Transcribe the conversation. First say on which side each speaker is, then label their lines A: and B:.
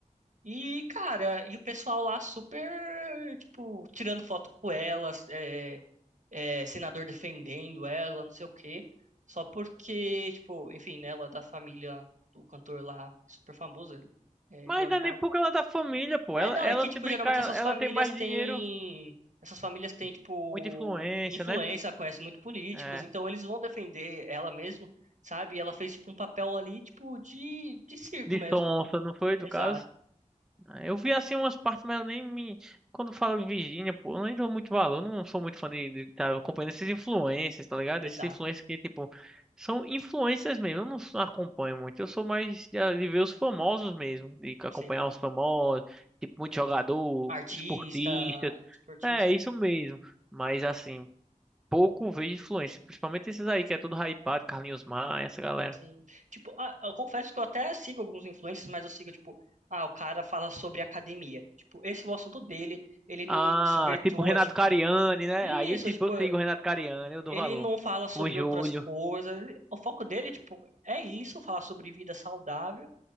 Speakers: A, on the right; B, in the centre.
A: E, cara, e o pessoal lá super, tipo, tirando foto com ela, é, é, senador defendendo ela, não sei o quê. Só porque, tipo, enfim, né, ela é da família do cantor lá, super famoso, ele, é,
B: Mas
A: Leonardo.
B: não é nem porque ela é da família, pô.
A: É,
B: Ela,
A: não,
B: ela
A: é que,
B: se
A: tipo,
B: brincar,
A: geralmente
B: ela,
A: essas
B: ela
A: famílias
B: tem mais
A: têm.
B: dinheiro,
A: Essas famílias têm, tipo,
B: muita influência,
A: influência,
B: né?
A: conhecem muito políticos,
B: É,
A: então eles vão defender ela mesmo, sabe? E ela fez, tipo, um papel ali, tipo, de, de circo
B: de
A: mesmo.
B: sonsa, não foi,
A: Exato,
B: no caso? Ah, Eu vi assim umas partes, mas eu nem me. Quando falo Virgínia, pô, eu nem dou muito valor. eu Não sou muito fã de estar acompanhando esses influencers, tá ligado?
A: exato,
B: Esses influencers que, tipo, são influencers mesmo. Eu não sou- acompanho muito. Eu sou mais de, de ver os famosos mesmo. De acompanhar
A: sim.
B: os famosos, tipo, muito jogador,
A: Artista,
B: esportistas.
A: tipo, artista,
B: É, isso mesmo. Mas, assim, pouco vejo influência. Principalmente esses aí, que é tudo hypado, Carlinhos Maia, essa galera.
A: sim. Tipo, ah, eu confesso que eu até sigo alguns influencers, mas eu sigo, tipo, ah, o cara fala sobre academia. Tipo, esse é o assunto dele, ele não
B: Ah,
A: desvirtua,
B: tipo Renato
A: tipo.
B: Cariani, né?
A: Isso,
B: Aí, eu, tipo,
A: tipo,
B: eu sigo o Renato Cariani, eu dou
A: Ele
B: valor.
A: não fala sobre
B: O Júlio.
A: outras coisas. O foco dele, tipo, é isso, falar sobre vida saudável.